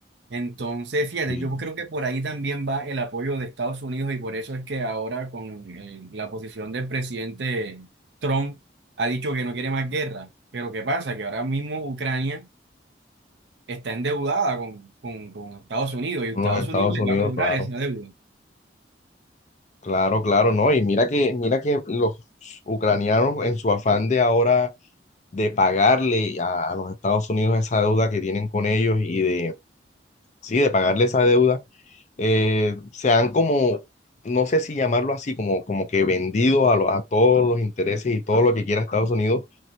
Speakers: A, on the right (about 70°); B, on the left (about 40°).
A: Entonces, fíjate,
B: Y en
A: yo creo que por ahí también va el apoyo de Estados Unidos y por eso es que ahora con eh, la posición del presidente Trump ha dicho que no quiere más guerra. Pero ¿qué pasa? Que ahora mismo Ucrania está endeudada con, con, con Estados Unidos y Estados
B: los Estados
A: Unidos le
B: Unidos,
A: va a cobrar
B: claro,
A: esa deuda.
B: claro, claro, ¿no? Y mira que, mira que los ucranianos en su afán de ahora de pagarle a, a los Estados Unidos esa deuda que tienen con ellos y de, sí, de pagarle esa deuda eh, se han como, no sé si llamarlo así, como, como que vendido a, lo- a todos los intereses y todo lo que quiera Estados Unidos,